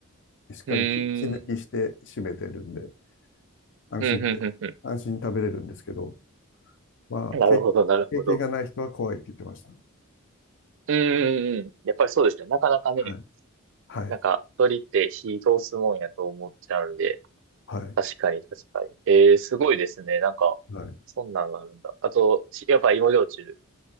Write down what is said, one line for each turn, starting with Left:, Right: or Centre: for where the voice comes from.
Left: しっかり血血抜きして締めてるんで、
Right: うん。うーん。
Left: 安心で、
Right: うんうんうんう
Left: 安心に食べれるんですけど、まあ、
Right: ん。なるほど、
Left: 経、
Right: なるほど。
Left: 経験がない人は怖いって言ってました。
Right: うんうんうん。やっぱりそうですね。なかなかね、
Left: はい、はい、
Right: なんか、鳥って火通すもんやと思っちゃうんで。
Left: はい、
Right: 確かに、確かに。ええすごいですね。なんか、
Left: はい。
Right: そんなんがあるんだ。あと、しやっぱ芋焼酎。